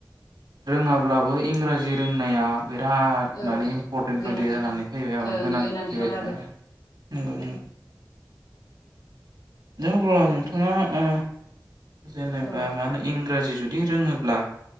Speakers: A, on the right; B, on the left.
A: रोङाब्लाबो इंराजि रोंनाया बिराद
B: औ
A: माने इम्परटेन्ट
B: गोनांथार
A: बायदि जानानै फैबाय औ
B: ओं
A: गोनांथि
B: गोनांथार
A: बायदि
B: आरो उम
A: दे अब्ला
B: जों
A: नोंथाङा ओ जेनेबा
B: औ
A: मा होन इंराजि जुदि रोङोब्ला